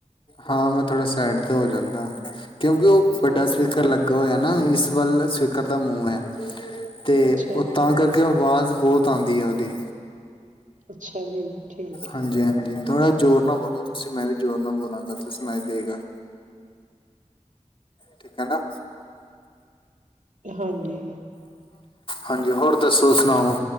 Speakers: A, on the left; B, on the right.
A: ਹਾਂ ਮੈਂ ਥੋੜਾ ਸਾਈਡ ਤੇ ਹੋ ਜਾਂਦਾ। ਕਿਉਂਕਿ ਉਹ ਵੱਡਾ
B: ਹਾਂਜੀ
A: ਸਪੀਕਰ ਲੱਗਾ ਹੋਇਆ ਨਾ ਇਸ ਵੱਲ ਸਪੀਕਰ ਦਾ ਮੂੰਹ ਹੈ। ਤੇ
B: ਅੱਛਾ
A: ਉਹ
B: ਜੀ
A: ਤਾਂ ਕਰਕੇ ਉਹ ਆਵਾਜ਼ ਬਹੁਤ ਆਉਂਦੀ ਹੈ ਉਹਦੀ।
B: ਅੱਛਾ ਜੀ, ਠੀਕ ਐ।
A: ਹਾਂਜੀ ਹਾਂਜੀ ਥੋੜਾ ਜ਼ੋਰ ਨਾਲ ਬੋਲੋ ਤੁਸੀ। ਮੈਂ ਵੀ ਜ਼ੋਰ ਨਾਲ ਬੋਲਾਂਗਾ ਤੇ ਸੁਣਾਈ ਦੇਗਾ। ਠੀਕ ਹੇਨਾ।
B: ਹਾਂਜੀ।
A: ਹਾਂਜੀ, ਹੋਰ ਦਸੋ? ਸੁਣਾਓ